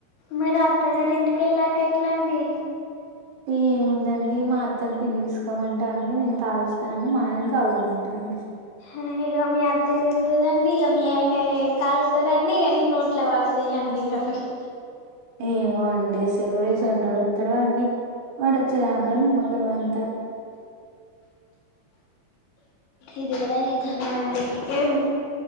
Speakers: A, on the left (about 65°); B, on the right (about 70°).
A: మీరు అత్తగారి ఇంటికెళ్ళాక ఎట్లా అండి.
B: ఏమో ఉండండి మా అత్తను పిండి పిసకమంటా అండి. నేను కాలుస్త అండి. మా ఆయనను కలవమంటా అండి.
A: అయ్యయ్యో మీ అత్త చెత్తదండి ఇగ మీ ఆయన కలుత్తడండి ఇగ ని నోట్ ఇట్లా పడతాయండి అవిష్
B: ఏమో అండి ఏస్సల్ ఏసంటోడు వత్తడో అండి వాడు వచ్చేదాంక నిమ్మ రవ్వంత
A: ఇది గుడా నిజమే అండి ఏమో